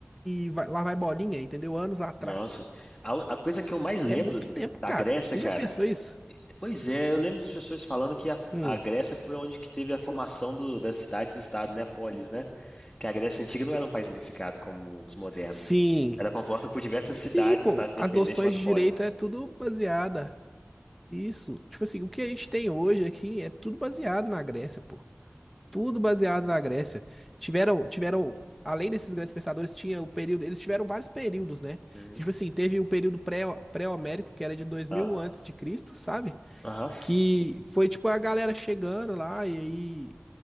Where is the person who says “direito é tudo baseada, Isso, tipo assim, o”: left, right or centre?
Centre